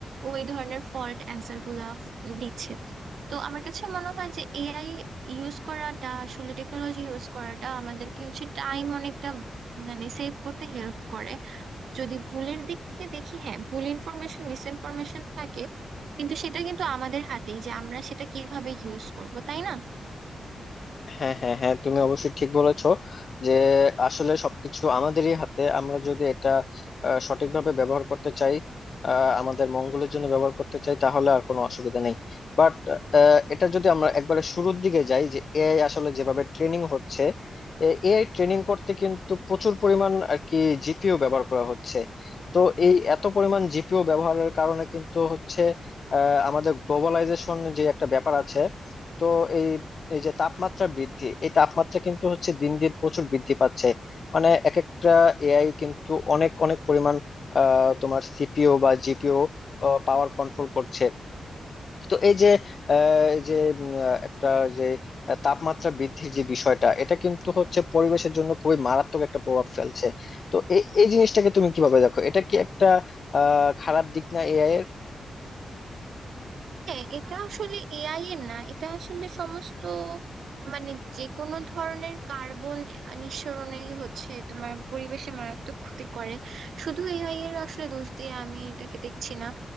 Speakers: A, on the right; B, on the left.
A: ও এই ধরনের ফল্ট অ্যান্সার গুলা দিচ্ছে তো আমার কাছে মনে হয় যে এআই ইউজ করাটা আসলে টেকনোলজি ইউজ করাটা আমাদেরকে হচ্ছে টাইম অনেকটা মানে সেভ করতে হেল্প করে যদি ভুলের দিক থেকে দেখি হ্যাঁ ভুল ইনফরমেশন মিস ইনফরমেশন থাকে কিন্তু সেটা কিন্তু আমাদের হাতেই যে আমরা সেটা কিভাবে ইউজ করব তাই না
B: হ্যাঁ হ্যাঁ হ্যাঁ তুমি অবশ্যই ঠিক বলেছো যে আসলে সবকিছু আমাদেরই হাতে আমরা যদি এটা আহ, সঠিকভাবে ব্যবহার করতে চাই আহ, আমাদের মঙ্গলের জন্য ব্যবহার করতে চাই তাহলে আর কোনো অসুবিধা নেই বাট এটা যদি আমরা একবারে শুরুর দিকে যাই যে এআই আসলে যেভাবে ট্রেনিং হচ্ছে এআই ট্রেনিং করতে কিন্তু প্রচুর পরিমাণ আর কি জিপিও ব্যবহার করা হচ্ছে তো এই এত পরিমাণ জিপিও ব্যবহারের কারণে কিন্তু হচ্ছে আহ, আমাদের গ্লোবালাইজেশন যে একটা ব্যাপার আছে তো এই এই যে তাপমাত্রা বৃদ্ধি এই তাপমাত্রা কিন্তু হচ্ছে দিন দিন প্রচুর বৃদ্ধি পাচ্ছে মানে এক একটা এআই কিন্তু অনেক অনেক পরিমাণ আহ, তোমার সিপিও বা জিপিও পাওয়ার কন্ট্রোল করছে তো এই যে আহ, এই যে উম, আহ, একটা যে আহ, তাপমাত্রা বৃদ্ধির যে বিষয়টা এটা কিন্তু হচ্ছে পরিবেশের জন্য খুবই মারাত্মক একটা প্রভাব ফেলছে তো এই এই জিনিসটাকে তুমি কিভাবে দেখো এটা কি একটা আহ খারাপ দিক না এআই এর
A: হ্যাঁ এটা আসলে এআই এর না এটা আসলে সমস্ত মানে যে কোনো ধরনের কার্বন নিঃসরণেই হচ্ছে তোমার পরিবেশে মারাত্মক ক্ষতি করে শুধু এআই এর আসলে দোষ দিয়ে আমি এটাকে দেখছি না